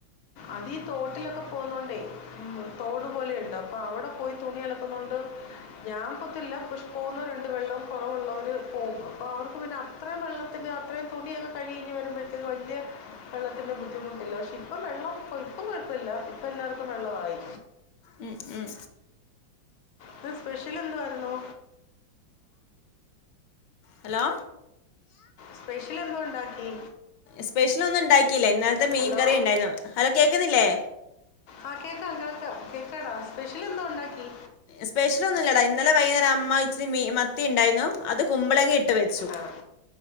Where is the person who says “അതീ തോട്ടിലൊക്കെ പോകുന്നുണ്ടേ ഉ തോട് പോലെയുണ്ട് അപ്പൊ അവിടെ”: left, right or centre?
Left